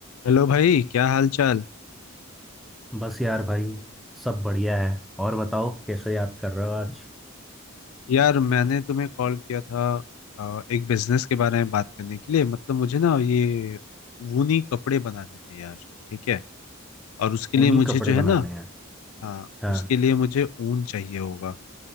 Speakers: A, on the left (about 80°); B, in the centre.
A: Hello भाई क्या हाल चाल
B: बस यार भाई सब बढ़िया है और बताओ कैसे याद कर रहे हो आज
A: यार मैंने तुम्हें कॉल किया था अ, एक बिजनेस के बारे में बात करने के लिए मतलब मुझे ना ये ऊनी कपड़े बनाने थे यार ठीक है और उसके
B: ऊनी
A: लिए मुझे
B: कपड़े
A: जो
B: बनाने
A: है ना
B: हैं
A: हाँ
B: हाँ
A: उसके लिए मुझे ऊन चाहिए होगा